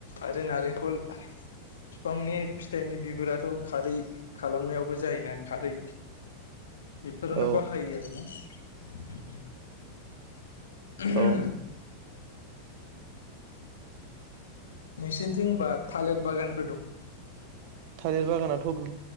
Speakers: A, on the left; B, on the right.
A: आरो नारेंखल फिफांनि फिथाइनि बिगुराथ खारै खालामनायावबो जायोना खारै बेफोरनो
B: औ
A: बाहायो आरो ना। <unintelligible>
B: औ
A: <unintelligible> नोंसिनिथिं बा थालिर बागान
B: थालिर बागानाथ गो